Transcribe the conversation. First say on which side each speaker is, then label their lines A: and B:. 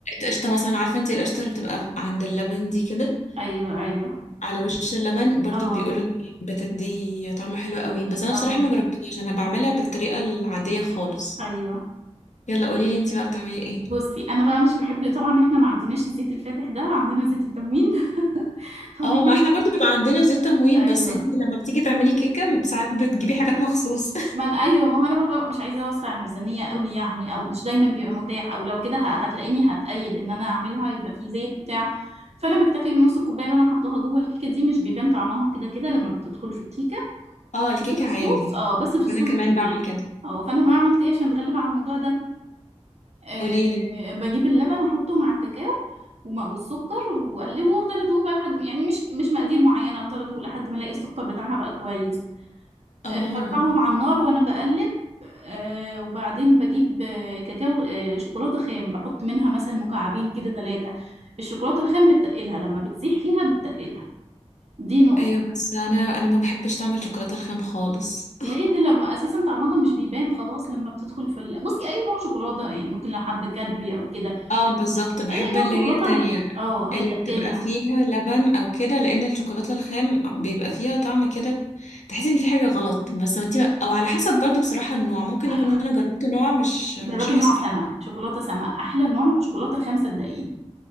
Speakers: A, on the left; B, on the right.
A: قشطه مثلا عارفه انت القشطه اللي بتبقى عند اللبن دي كده
B: ايوه ايوه
A: على وش اللبن برضو
B: اه
A: بيقولوا ان هي بتدي طعم حلو قوي بس انا
B: اه
A: بصراحه ما جربتهاش انا بعملها بالطريقه العاديه خالص
B: ايوه
A: يلا قوليلي انت بقى بتعملي ايه
B: بصي انا بقى مش بحب طبعا احنا ما عندناش الزيت الفاتح ده عندنا زيت التموين <laughs> فبيطلع
A: اه ما احنا برضو بيبقى عندنا زيت تموين
B: ايوه
A: بس انت لما بتيجي تعملي كيكه ساعات بتجيبي حاجات مخصوص
B: ما انا ايوه ما هو انا ببقى مش عايزه اوسع الميزانيه قوي يعني او مش دايما بيبقى متاح او لو كده ه- هتلاقيني هتأيد ان انا اعملها يبقى في زيت بتاع فانا بكتفي بنص الكوبايه اللي انا حطاها جوه الكيكه دي مش بيبان طعمها كده كده لما بتدخل في الكيكه
A: <laughs> اه الكيكه
B: بس في الصوص
A: عادي
B: اه بس في
A: وانا
B: الصوص
A: كمان
B: بيبان
A: بعمل كده
B: اه فانا بعمل ايه عشان اتغلب على الموضوع ده آه،
A: قوليلي
B: بجيب اللبن احطه مع الكاكاو وم- والسكر واقلبه وافضل ادوق بقى لحد يعني مش مش مقادير معينه افضل ادوق لحد ما الاقي السكر بتاعها بقى كويس
A: اه
B: آه، برفعهم على النار وانا بقلب آه، وبعدين بجيب آه، كاكاو آه، شوكولاته خام بحط منها مثلا مكعبين كده ثلاثه الشوكولاته الخام بتتقلها لما بتسيح فيها بتتقلها دي نقطة
A: ايوه بس انا انا ما بحبش طعم الشوكولاته الخام خالص
B: ليه دي لما أساسا طعمها مش بيبان خلاص لما بتدخل في ال... بصي أي نوع شوكولاتة يعني ممكن لو حبة كادبري أو كده
A: اه بالظبط بحب
B: أي نوع
A: اللي
B: شوكولاتة
A: هي التانية
B: هي اه
A: اللي
B: هيتقلها
A: بتبقى فيها لبن او كده لان الشوكولاته الخام بيبقى فيها طعم كده تحس ان في حاجه غلط بس انت او على حسب برضو بصراحه النوع ممكن
B: على
A: يكون
B: اللحمة
A: انا جربت نوع مش مش
B: جربي
A: احسن
B: نوع سما
A: حاجه
B: شوكولاتة سما أحلى نوع شوكولاتة خام صدقيني